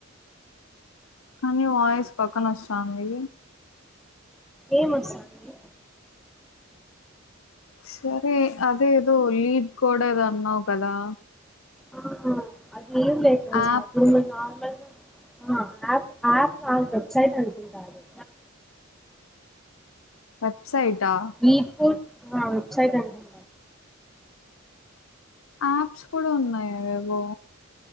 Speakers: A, on the left; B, in the centre.
A: కానీ వాయిస్ పక్కన వస్తాంది
B: ఏం వస్తాంది
A: సరే అదే ఏదో లీడ్ కూడా ఏదో అన్నావు కదా
B: ఆహా అదేం లేదు లే
A: యాప్
B: నేను నార్మల్గా యాప్ వెబ్సైట్ అనుకుంట అది
A: వెబ్సైట్ ఆ
B: వీట్ ఫుడ్ వెబ్సైట్ అనుకుంట
A: యాప్స్ కూడా ఉన్నాయి అవేవో